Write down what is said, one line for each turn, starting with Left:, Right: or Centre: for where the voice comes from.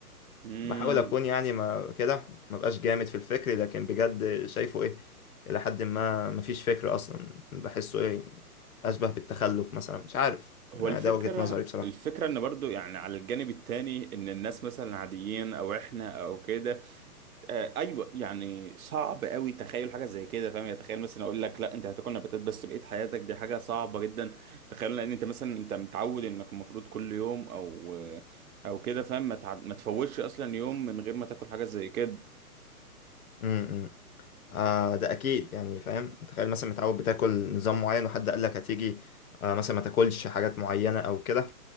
Right: مم.
Left: بحاول اكون يعني ما كده ما بقاش جامد في الفكر لكن بجد شايفه ايه الى حد ما ما فيش فكر اصلا بحسه ايه اشبه بالتخلف مثلا مش عارف
Right: هو
Left: ده
Right: الفكرة
Left: وجهة نظري بصراحة
Right: الفكرة ان برضو يعني على الجانب التاني ان الناس مثلا عاديين او احنا او كده آه ايوه يعني صعب قوي تخيل حاجة زي كده فاهم يعني تخيل مثلا اقول لك لا انت هتاكل نباتات بس بقية حياتك دي حاجة صعبة جدا تخيل لان انت مثلا انت متعود انك المفروض كل يوم او او كده فاهم ما تع- ما تفوتش اصلا يوم من غير ما تاكل حاجة زي كده
Left: امم آه ده اكيد يعني فاهم تخيل مثلا متعود بتاكل نظام معين وحد قال لك هتيجي آه مثلا ما تاكلش حاجات معينة او كده